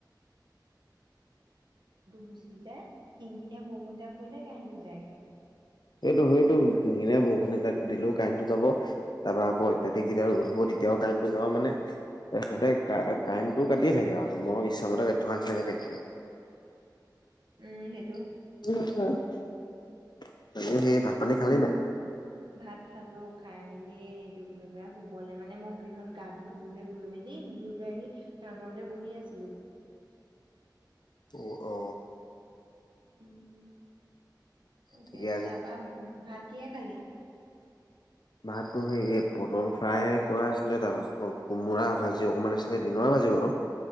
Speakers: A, on the right; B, on the left.
A: গুচি যায় কিন-কিনীয়া বৰষুণ এজাক পৰিলে কাৰেণ্টো যায়গে।
B: সেইটো-সেইটো কিন-কিনীয়া বৰষুণ এজাক দিলেও কাৰেন্টটো যাব, তাৰ পৰা আকৌ অত্যাধিক যেতিয়া ৰ'দ হ'ব তেতিয়াও কাৰেণ্টটো যাব মানে এ সিহঁতে কাৰেণ্টটো কাটিয়ে থাকে আৰু। মনৰ ইচ্ছামতে
A: উম
B: কাটি থকাৰ নিচিনাকে কাটি থাকে।
A: উম, সেই
B: <unintelligible> বাকী সেই ভাত পানী খালি নাই?
A: ভাত খালো খাই মেলি এইটো কি বুলি কয়, শুবলে মানে মই গোটেইখন গাটো ধুলোগে গৈ মেলি, ধুই লৈ আহি ফেনৰ তলতে বহি আছিলোঁ।
B: উ অ'।
A: উম, তাকে
B: ঠিকে আজি
A: তাৰপৰা ভাত কিহে খালি? উ
B: ভাতটো সেই এই পটল ফ্ৰাই কৰা আছিলে, তাৰ পাছত আকৌ কোমোৰা ভাজি অকমান আছিলে দিনৰ ভাজি বাৰু।